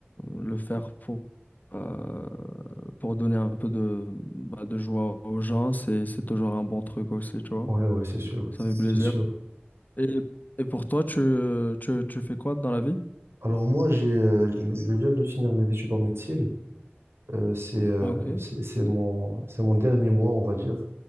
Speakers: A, on the left (about 45°); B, on the right (about 85°).
A: le faire pour, euh, pour donner un peu de, bah, de joie aux gens, c'est c'est toujours un bon truc aussi, tu vois,
B: Ouais, ouais, c'est sûr,
A: ça
B: c'est
A: fait plaisir.
B: sûr.
A: Et, et pour toi, tu, tu, tu fais quoi dans la vie?
B: Alors moi, j'ai, euh, je, je viens de finir mes études en médecine. Euh, c'est, euh,
A: Ok,
B: c'est, c'est mon, c'est mon dernier mois, on va dire.